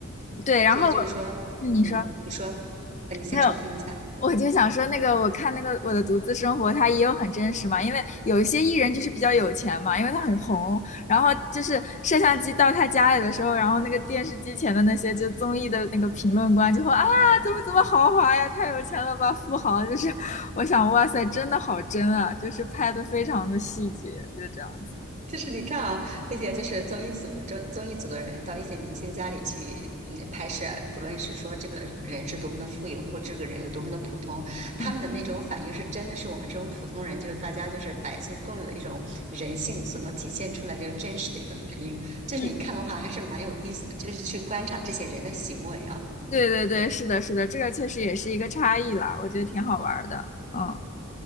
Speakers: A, on the left; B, on the right.
A: 对。然后我嗯你说
B: 所以就是说，嗯，你说，呃，你先说，
A: 没有？
B: 我听一下。
A: 我就想说，那个我看那个《我的独自生活》，它也有很真实嘛，因为有一些艺人就是比较有钱嘛，因为他很红，然后就是摄像机到他家里的时候，然后那个电视机前的那些就综艺的那个评论官就会啊，怎么怎么豪华呀，太有钱了吧，富豪，就是我想，哇塞，真的好真啊，就是拍的非常的细节，就这样子。
B: 就是你看啊，那些就是综艺组、综综艺组的人到一些明星家里去，嗯，拍摄，不论是说这个人是多么的富有，或这个人有多么的普通，
A: 嗯
B: 他们的那种反应是真的是我们这种普通人，就是大家就是百姓共有的一种人性所能体现出来的真实的一个反应。就是你看的话，
A: 嗯，
B: 还是蛮有意思，就是去观察这些人的行为啊。
A: 对对对，是的，是的，这个确实也是一个差异啦，我觉得挺好玩儿的。嗯